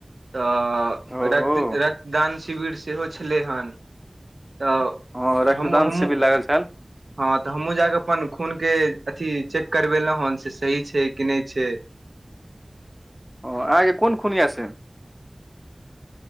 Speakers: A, on the right; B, in the centre.
A: तऽ
B: ओहो
A: रक्त रक्तदान शिविर सेहो छलै हन तऽ
B: हँ रक्तदान
A: हम हमहूँ
B: शिविर लागल छैल
A: हँ तऽ हमहूँ जाकऽ अपन खून केँ अथी चेक करबेलहुँ हन से सही छै कि नय छै
B: ओ आहाँकेँ कोन खून यऽ से